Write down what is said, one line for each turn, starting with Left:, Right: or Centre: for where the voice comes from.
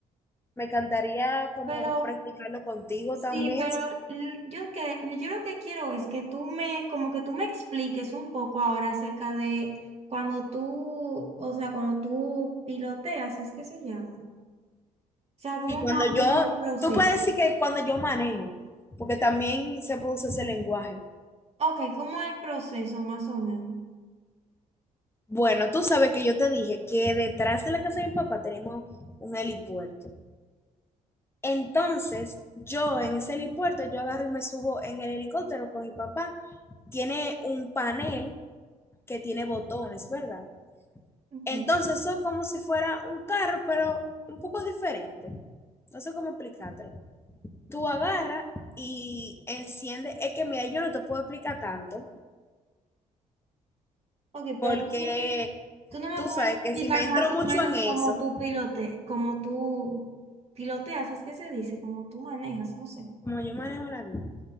Left: me encantaría como
Right: Pero
Left: practicarlo contigo
Right: Sí,
Left: también.
Right: pero l- yo que yo lo que quiero es que tú me como que tú me expliques un poco ahora acerca de cuando tú, o sea, cuando tú piloteas, es que se llama. O sea, cómo
Left: Y cuando
Right: más
Left: yo,
Right: o menos el proceso.
Left: tú puedes decir que cuando yo manejo, porque también se produce ese lenguaje.
Right: Ok, como el proceso más o menos.
Left: Bueno, tú sabes que yo te dije que detrás de la casa de mi papá tenemos un helipuerto. Entonces, yo en ese helipuerto, yo agarro y me subo en el helicóptero con mi papá. Tiene un panel que tiene botones, ¿verdad?
Right: Ok.
Left: Entonces, eso es como si fuera un carro, pero un poco diferente. No sé cómo explicártelo. Tú agarras y enciendes. Es que, mira, yo no te puedo explicar tanto,
Right: Ok,
Left: porque
Right: pero tú no me, tú no me
Left: tú
Right: puedes
Left: sabes
Right: explicar
Left: que si me entro
Right: más
Left: mucho
Right: o menos
Left: en eso,
Right: cómo tú pilote, cómo tú piloteas, es que se dice, cómo tú manejas, no sé.
Left: como yo manejo la vida,